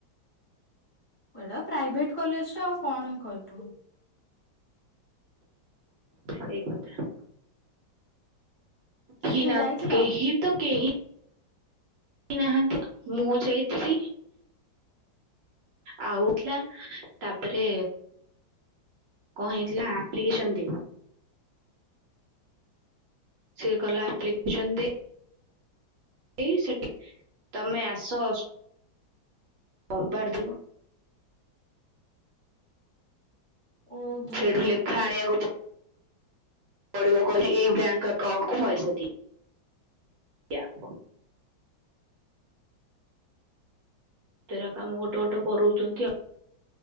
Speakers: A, on the left; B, on the right.
A: ଏଟା ପ୍ରାଇଭେଟ କଲେଜ ଟା ଆଉ କଣ ହିଁ କହିବୁ।
B: ଏଇ କଥା
A: କିଏ
B: ଏଠି
A: କିଏ
B: ନା
A: ଯାଇଥିଲ?
B: କେହି ତ କେହି ନାହାନ୍ତି ମୁଁ ଯାଇଥିଲି। ଆଉଥିଲା ତାପରେ କଣ ହେଇଥିଲା ଆପ୍ଲିକେସନ ଦେ ସେ କଲା ଆପ୍ଲିକେସନ ଦେ ଏଇ ସେ ତମେ ଆସ ଅମ୍ବା ଡ ଦିବ
A: ଓହୋ
B: ସେଇଠୁ ଲେଖା ଆଣିବାକୁ <unintelligible> ପଡିବ କହି ଏଇ ବ୍ୟାଙ୍କ ଆକାଉଣ୍ଟକୁ ପଇସା ଦିଏ। ଏୟା ହବ। ତେରା କାମ ଗୋଟେ ଗୋଟେ କରଉଚନ୍ତି, ଆଉ।